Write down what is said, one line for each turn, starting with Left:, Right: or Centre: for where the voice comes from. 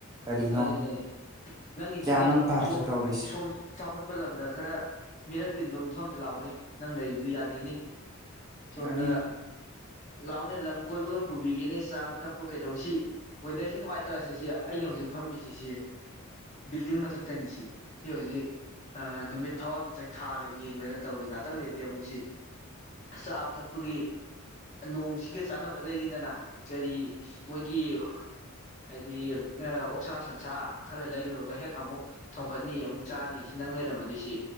Right: ꯀꯔꯤꯅꯣ
Left: ꯑꯗꯨꯅꯦ ꯅꯪꯒꯤꯅꯤꯅꯦ
Right: ꯒ꯭ꯌꯥꯟ ꯑꯃ ꯇꯥꯗ꯭ꯔꯦ
Left: ꯁꯣꯝ
Right: ꯇꯧꯔꯤꯁꯦ
Left: ꯁꯣꯝ ꯆꯥꯎꯈꯠꯄ ꯂꯝꯗ ꯈꯔ ꯃꯤꯔꯛ ꯇꯤꯟꯕ ꯃꯐꯝꯗ ꯂꯥꯎꯅꯦ ꯅꯪ ꯂꯩꯔꯤꯗꯨ ꯌꯥꯗꯦꯅꯦ ꯁꯣꯝꯗ
Right: ꯃꯥꯅꯤ
Left: ꯂꯥꯎꯅꯦ ꯂꯝ ꯀꯣꯏꯕꯒ ꯄꯨꯕꯤꯒꯦꯅꯦ ꯆꯥꯕ ꯊꯛꯄ ꯀꯩꯗꯧꯁꯤ ꯋꯦꯗꯔꯁꯤ ꯅꯨꯡꯉꯥꯏꯇ꯭ꯔꯁꯦ ꯁꯤ ꯑꯩꯅ ꯍꯧꯖꯤꯛ ꯐꯥ꯫ꯝꯃꯤꯁꯤꯁꯦ ꯕꯤꯜꯗꯤꯡ ꯃꯊꯛꯇꯅꯤꯁ ꯁꯤ ꯍꯧꯖꯤꯛ ꯅꯨꯃꯤꯠ ꯊꯋꯥꯏꯃꯤꯆꯛ ꯊꯥꯒ ꯌꯦꯡꯗꯅ ꯇꯧꯔꯤ ꯉꯥꯛꯇꯪ ꯂꯩꯔꯗꯤ ꯑꯃꯨꯛꯁꯤ ꯆꯥꯕ ꯊꯛꯄꯒꯤ ꯅꯣꯡꯁꯤꯒ ꯆꯥꯟꯅꯕ ꯂꯩꯔꯤꯗꯅ ꯀꯔꯤ ꯃꯣꯏꯒꯤ ꯍꯥꯏꯗꯤ ꯑꯅꯨꯡꯁꯥ ꯁꯟꯁꯥ ꯈꯔ ꯂꯩꯔꯨꯔꯒ ꯍꯦꯛ ꯑꯃꯨꯛ ꯊꯣꯡꯒꯠꯅꯤ ꯑꯃꯨꯛ ꯆꯥꯅꯤ ꯁꯤ ꯅꯪ ꯂꯩꯔꯝꯃꯗꯤ ꯁꯤ